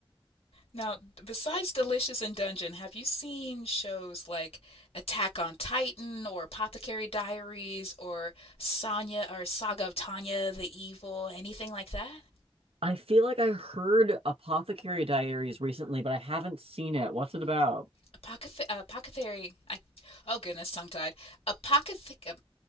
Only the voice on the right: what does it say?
I feel like I heard Apothecary Diaries recently, but I haven't seen it. What's it about?